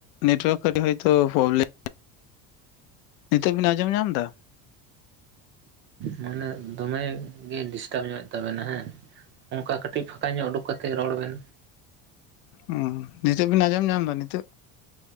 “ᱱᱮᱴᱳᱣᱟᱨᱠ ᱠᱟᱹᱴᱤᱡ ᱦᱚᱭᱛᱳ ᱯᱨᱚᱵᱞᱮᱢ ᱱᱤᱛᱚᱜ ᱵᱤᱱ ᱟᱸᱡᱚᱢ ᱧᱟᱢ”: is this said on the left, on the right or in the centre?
Left